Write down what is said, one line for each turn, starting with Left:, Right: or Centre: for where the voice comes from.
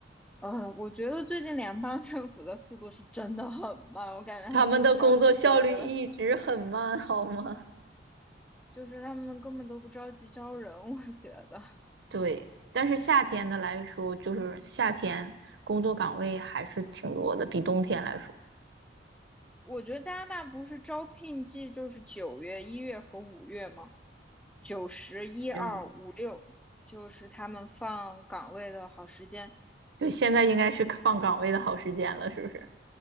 Centre: 呃，我觉得最近联邦 <laughs> 政府的速度是真的很慢，我感觉他们都不着急招人，
Right: 他们的工作效率一直很慢，好吗？
Centre: 就是他们根本都不着急招人，我觉得，
Right: <laughs> 对，但是夏天的来说，就是夏天工作岗位还是挺多的，比冬天来说，
Centre: 我觉得加拿大不是招聘季就是九月、一月和五月吗？九十一二五六，
Right: 嗯，
Centre: 就是他们放岗位的好时间。
Right: 对，现在应该是放岗位的好时间了，是不是？